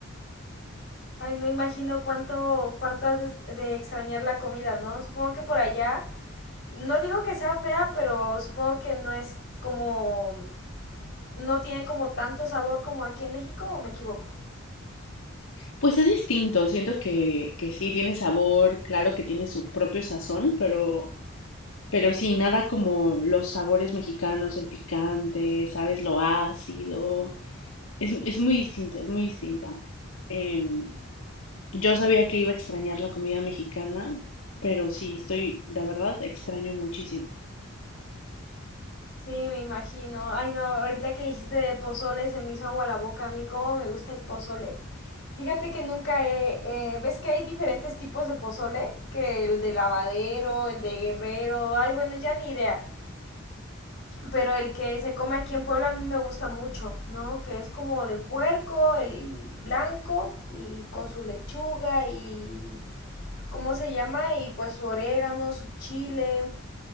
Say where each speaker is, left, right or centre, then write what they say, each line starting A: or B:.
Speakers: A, on the left (about 55°); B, on the left (about 85°).
A: Ay, no imagino cuánto, cuánto has de, de extrañar la comida, ¿no? Supongo que por allá, no digo que sea fea, pero supongo que no es como, no tiene como tanto sabor como aquí en México, ¿o me equivoco?
B: Pues es distinto, siento que, que sí tiene sabor, claro que tiene su propio sazón, pero, pero sí, nada como los sabores mexicanos, el picante, sabes, lo ácido, es, es muy distinta, es muy distinta. Em, yo sabía que iba a extrañar la comida mexicana, pero sí, estoy, la verdad, extraño muchísimo.
A: Sí, me imagino. Ay, no, ahorita que dijiste de pozole se me hizo agua la boca. A mí cómo me gusta el pozole. Fíjate que nunca he... eh, ¿ves que hay diferentes tipos de pozole? Que el de lavadero, el de guerrero, ay, bueno, ya ni idea. Pero el que se come aquí en Puebla a mí me gusta mucho, ¿no? Que es como de puerco, el blanco y con su lechuga y... ¿Cómo se llama? Y pues su orégano, su chile.